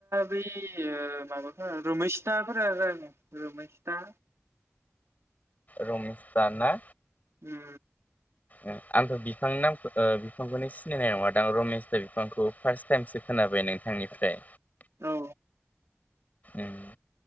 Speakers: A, on the right; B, on the left.
A: बै ओ माबाफोर रोमैस्ताफोरा जाग रोमैस्ता।
B: रमेस दा ना?
A: उम
B: ओम आंथ बिफांनि नामखो ओ बिफांखौनो सिनायनाय नङा दां रमेसता बिफांखौ फास्त टाइमसो खोनाबाय नोंथांनिफ्राय।
A: औ
B: ओम